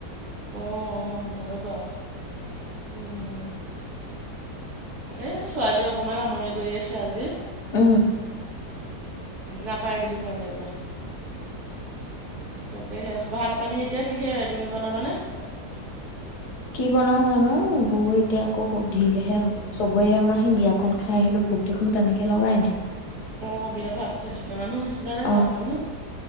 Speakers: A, on the right; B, on the left.
A: অ' হয় বাৰু। উম'। এ' ছোৱালী অকনমান আমনি কৰি আছে আজি।
B: উম'
A: নাপায় বুলি কোয়গৈ যোৱা, তাকে সেই ভাত পানী এতিয়া কিহেৰে, তুমি বনাবানে? অ',
B: কি বনাও জানো, গৈ এতিয়া আকৌ সুধিলেহে হব। চবৰে, আমাৰ সেই বিয়াখন, ন খাই আহিলে ভোক দেখোন তেনেকে লগাই নাই।
A: অ' বিয়াত ভাত খুৱাইছিলে। মানুহো হৈছিলে নে
B: অ
A: গাঁৱৰ মানুহ?